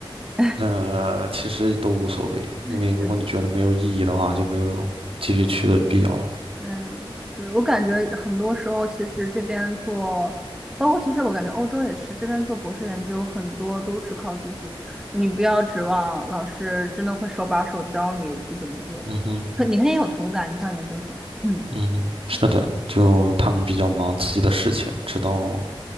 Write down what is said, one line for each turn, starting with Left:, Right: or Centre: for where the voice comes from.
Centre: <laughs>
Right: 那其实都无所谓，因为如果你觉得没有意义的话，
Centre: 嗯，
Right: 就没有继续去的必要了。
Centre: 嗯对，我感觉很多时候，其实这边做，包括其实我感觉欧洲也是，这边做博士研究很多都是靠自己，你不要指望老师真的会手把手教你去怎么做，
Right: 嗯哼，
Centre: 可你肯定有同感，你像研究生，<clears throat> 嗯
Right: 嗯哼，是的，就他们比较忙自己的事情，直到